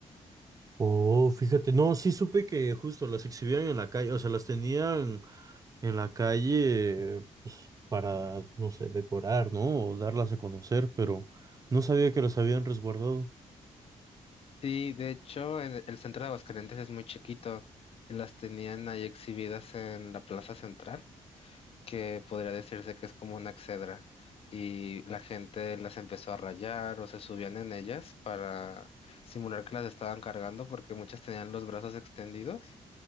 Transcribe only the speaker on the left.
Sí, de hecho, el, el centro de Aguascalientes es muy chiquito. Las tenían ahí exhibidas en la plaza central, que podría decirse que es como una exedra. Y la gente las empezó a rayar o se subían en ellas para simular que las estaban cargando, porque muchas tenían los brazos extendidos